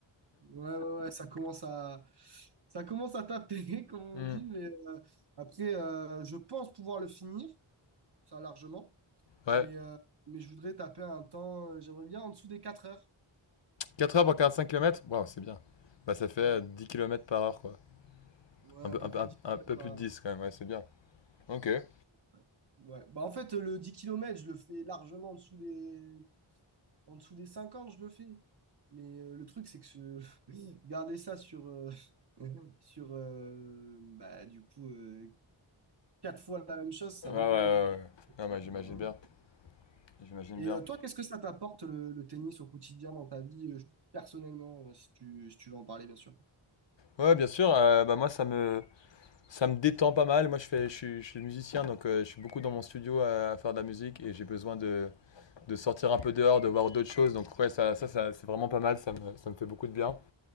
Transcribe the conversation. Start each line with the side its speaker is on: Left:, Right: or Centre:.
Right: Ouais, ouais, ouais, ça commence à, ça commence à taper, <laughs> comme on
Left: Hmm.
Right: dit, mais euh, après, euh, je pense pouvoir le finir, ça largement,
Left: Ouais,
Right: mais, euh, mais je voudrais taper un temps, euh, j'aimerais bien en dessous des 4 heures.
Left: Quatre heures pour 45 kilomètres, waouh c'est bien. Bah ça fait
Right: Ouais,
Left: euh, 10 km par heure quoi.
Right: ouais,
Left: Un
Right: un
Left: peu
Right: peu
Left: un, peu
Right: plus
Left: un-
Right: de 10 kilomètres
Left: un peu plus
Right: par heure.
Left: de 10 quand même, ouais c'est bien. Ok. Ouais
Right: Ouais. Ouais. Bah, en fait, le 10 kilomètres je le fais largement en dessous des, en dessous des 50 je le fais. Mais euh, le truc, c'est que ce- <laughs> garder ça sur, euh, <laughs> sur euh, bah, du coup, euh, 4 fois la même chose, c'est
Left: ouais
Right: un
Left: ouais.
Right: peu
Left: ouais.
Right: plus compliqué.
Left: Non mais j'imagine
Right: Euh,
Left: bien, j'imagine
Right: Et
Left: bien.
Right: euh, toi, qu'est-ce que ça t'apporte le, le tennis au quotidien dans ta vie, euh, personnellement, euh, si tu, si tu veux en parler, bien sûr.
Left: Ouais bien sûr, euh, bah moi ça me ça me détend pas mal. Moi je fais je suis, je suis musicien donc euh, je suis beaucoup dans mon studio à à faire de la musique et j'ai besoin de de sortir un peu dehors, de voir d'autres choses. Donc ouais, ça, ça, ça, c'est vraiment pas mal, ça me, ça me fait beaucoup de bien.